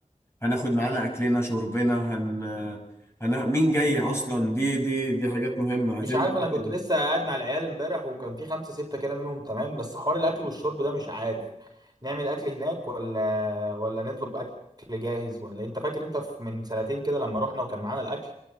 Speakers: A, on the left (about 20°); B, on the right (about 30°).
A: هناخد معانا اكلنا شربنا هن هن مين جاي اصلا دي دي دي حاجات مهمة عايزين
B: مش عارف
A: نتأكد
B: أنا كنت لسه قاعد مع العيال امبارح وكان في خمسة ستة كده منهم تمام بس حوار الأكل والشرب ده مش عارف نعمل أكل هناك ولا ولا نطلب أكل جاهز ولا أنت فاكر أنت في- من سنتين كده لما رحنا وكان معانا الأكل